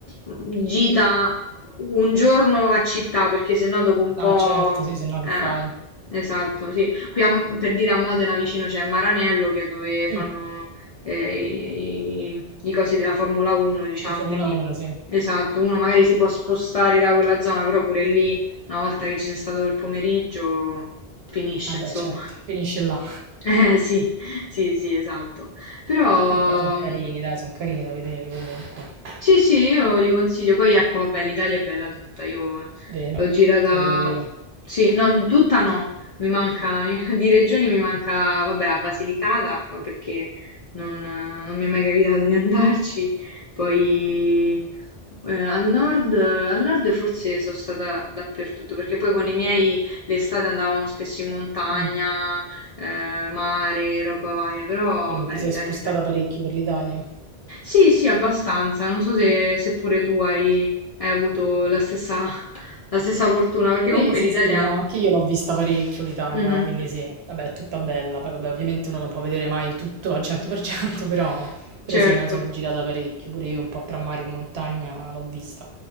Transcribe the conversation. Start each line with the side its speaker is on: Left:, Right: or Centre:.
Left: mm, gita un giorno a città, perché sennò dopo un po'...
Right: No, certo, sì, se no
Left: Eh,
Right: che fai?
Left: esatto, sì. Qui a- per dire a Modena vicino c'è Maranello, che è dove fanno
Right: Mm.
Left: eh, i, i- i cosi della Formula 1, diciamo,
Right: Di Formula
Left: quindi
Right: 1, sì.
Left: esatto, uno magari si può spostare da quella zona, però pure lì, una volta che ci sei stato quel pomeriggio, finisce,
Right: Vabbè,
Left: insomma.
Right: certo, finisce là.
Left: Eh sì, sì, sì, esatto. Però,
Right: Vabbè, però sono carini,
Left: mhmm
Right: dai, sono carini da vedere comunque.
Left: sì, sì, io li consiglio. Poi ecco, vabbè, l'Italia è bella tutta. Io
Right: Vero,
Left: l'ho girata.
Right: vero, vero.
Left: Sì, no, tutta no. Mi manca <laughs> di regioni mi manca, vabbè, la Basilicata, ma perché non, non mi è mai capitato di <laughs> andarci. Poi eh, al nord, al nord forse sono stata dappertutto, perché poi con i miei l'estate andavamo spesso in montagna,
Right: Mm.
Left: eh, mare, roba varia, però
Right: Quindi
Left: vabbè,
Right: ti sei
Left: l'Italia
Right: spostata
Left: è bella.
Right: parecchio per l'Italia.
Left: Sì, sì, abbastanza. Non so se, se pure tu hai, hai avuto la stessa, la stessa fortuna, perché comunque
Right: Sì, sì,
Left: l'Italia...
Right: sì, no, anche io l'ho vista parecchio l'Italia,
Left: Mhm,
Right: quindi sì, vabbè, è tutta bella. Poi vabbè, ovviamente uno non può vedere mai tutto al 100%, <laughs> però, però
Left: certo.
Right: sì, me la sono girata parecchio, pure io un po' tra mare e montagna l'ho vista.